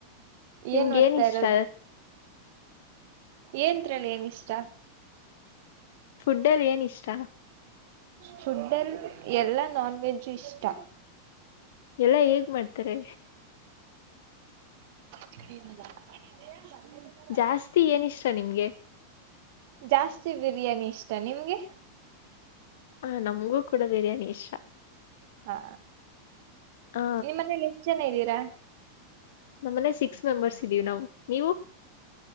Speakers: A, on the left; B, on the right.
A: ನಿಮ್ಗೆ
B: ಏನ್ ಓದ್ತಾ
A: ಇಷ್ಟ
B: ಇರೋದು ಏನ್ ಇತ್ರಲ್ಲ ನ ಇಷ್ಟ
A: ಫುಡ್ ಅಲ್ಲಿ ಏನ್ ಇಷ್ಟ
B: ಫುಡ್ಡಲ್ ಎಲ್ಲಾ ನಾನ್ ವೆಜ್ಜು ಇಷ್ಟ
A: ಎಲ್ಲಾ ಹೇಗ್ ಮಾಡ್ತಾರೆ
B: ಚ ಕಡಿನ್ನ ಜ <unintelligible>
A: ಜಾಸ್ತಿ ಏನಿಷ್ಟ ನಿಮ್ಗೆ?
B: ಜಾಸ್ತಿ ಬಿರಿಯಾನಿ ಇಷ್ಟ ನಿಮ್ಗೆ
A: ಹ ನಮ್ಗೂ ಕೂಡ ಬಿರಿಯಾನಿ ಇಷ್ಟ
B: ಹಾ
A: ಹ
B: ನಿಮ್ಮ ಮನೇಲಿ ಎಷ್ಟು ಜನ ಇದ್ದೀರಾ
A: ನಮ್ಮನೆ ಸಿಕ್ಸ್ ಮೆಂಬರ್ಸ್ ಇದ್ದೀವಿ ನಾವು ನೀವು.